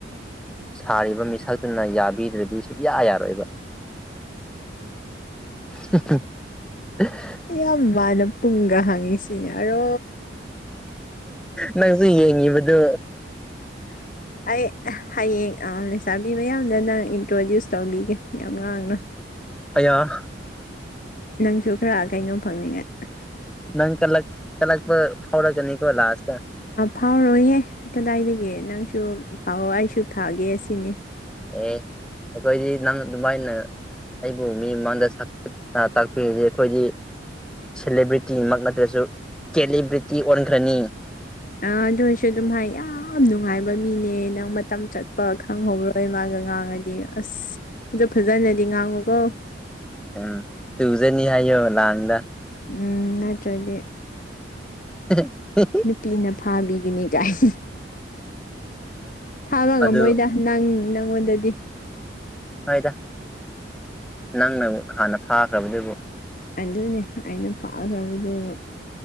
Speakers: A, in the centre; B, on the left.
A: ꯁꯥꯔꯤꯕ ꯃꯤꯁꯛꯇꯨꯅ ꯌꯥꯕꯤꯗ꯭ꯔꯗꯤ ꯁꯨꯌꯥ ꯌꯥꯔꯣꯏꯕ <unintelligible>
B: ꯌꯥꯝ ꯃꯟꯅ ꯄꯨꯡꯒ ꯍꯥꯡꯉꯤꯁꯤ ꯑꯔꯣ
A: ꯅꯪꯁꯨ ꯌꯦꯡꯉꯤꯕꯗꯨ
B: <inaudible> ꯑꯩ ꯍꯌꯦꯡ ꯑ ꯂꯩꯁꯥꯕꯤ ꯃꯌꯥꯝꯗ ꯅꯪ ꯏꯟꯇ꯭ꯔꯣꯗ꯭ꯌꯨꯁ ꯇꯧꯕꯤꯒꯦ ꯌꯥꯝ ꯉꯥꯡꯅꯨ
A: ꯑꯌꯥ
B: ꯅꯪꯁꯨ ꯈꯔ ꯀꯩꯅꯣ ꯐꯪꯅꯤꯡꯉꯥꯏ
A: ꯅꯪ ꯀꯜꯂꯛ ꯀꯂꯛꯄ ꯐꯥꯎꯔꯛ ꯀꯅꯤꯀꯣ ꯂꯥꯁꯇꯥ
B: ꯐꯥꯎꯔꯣꯏꯍꯦ ꯀꯗꯥꯏꯗꯒꯤ ꯅꯪꯁꯨ ꯐꯥꯎꯑꯣ ꯑꯩꯁꯨ ꯊꯥꯒꯦ ꯁꯤꯅꯤ
A: ꯑꯦ ꯑꯩꯈꯣꯏꯗꯤ ꯅꯪ ꯗꯨꯃꯥꯏꯅ ꯑꯩꯕꯨ ꯃꯤ ꯃꯥꯡꯗ ꯁꯛ ꯇꯥꯛꯄꯤꯔꯗꯤ ꯑꯩꯈꯣꯏꯗꯤ ꯁꯦꯂꯦꯕ꯭ꯔꯤꯇꯤꯃꯛ ꯅꯠꯇ꯭ꯔꯁꯨ ꯀꯦꯂꯤꯕ꯭ꯔꯤꯇꯤ ꯑꯣꯟꯈ꯭ꯔꯅꯤ
B: ꯑ ꯑꯗꯨ ꯑꯣꯏꯁꯨ ꯑꯗꯨꯝ ꯍꯥꯏ ꯌꯥꯝ ꯅꯨꯡꯉꯥꯏꯕ ꯃꯤꯅꯦ ꯅꯪ ꯃꯇꯝ ꯆꯠꯄ ꯈꯪꯍꯧꯔꯣꯏ ꯃꯥꯒ ꯉꯥꯡꯉꯗꯤ ꯑꯁ ꯑꯗꯨ ꯐꯖꯅꯗꯤ ꯉꯥꯡꯉꯨꯀꯣ
A: ꯎꯝ ꯇꯨꯖꯅꯤ ꯍꯥꯏꯌꯣ ꯂꯥꯟꯗ
B: ꯎꯝ ꯅꯠꯇ꯭ꯔꯗꯤ
A: <unintelligible>
B: ꯅꯨꯄꯤꯅ ꯐꯥꯕꯤꯒꯅꯤ ꯒꯥꯏꯟ ꯐꯥꯕ ꯉꯝꯃꯣꯏꯗ
A: ꯑꯗꯨ
B: ꯅꯪ ꯅꯉꯣꯟꯗꯗꯤ
A: ꯍꯣꯏꯗ ꯅꯪꯅ ꯍꯥꯟꯅ ꯐꯥꯈ꯭ꯔꯕꯗꯨꯕꯨ
B: ꯑꯗꯨꯅꯦ ꯑꯩꯅ ꯐꯈꯔ꯭ꯕꯗꯨꯕꯨ